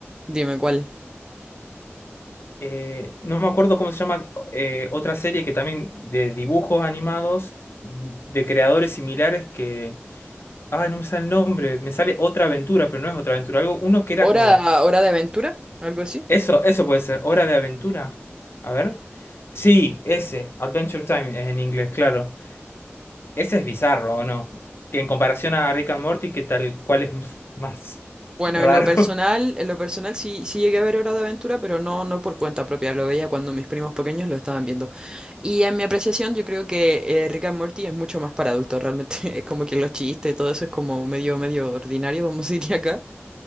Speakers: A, on the right; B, on the left.
A: Dime cuál.
B: eh, no me acuerdo cómo se llama, eh, otra serie que también de dibujos animados, de creadores similares que... Ah, no me sale el nombre, me sale Otra Aventura, pero no es Otra Aventura, algo, uno que era
A: ¿Hora,
B: como...
A: hora de aventura? ¿Algo así?
B: Eso, eso puede ser, Hora de Aventura. A ver. Sí, ese, Adventure Time es en inglés, claro. Ese es bizarro, ¿o no? Que en comparación a Rick and Morty, que tal cual es <laughs> más
A: Bueno,
B: raro.
A: en lo personal, en lo personal sí, sí llegué a ver Hora de Aventura, pero no, no por cuenta propia, lo veía cuando mis primos pequeños lo estaban viendo. Y en mi apreciación, yo creo que eh, Rick and Morty es mucho más para adultos, realmente. <laughs> Es como que los chistes y todo eso es como medio, medio ordinario, vamos a decir acá.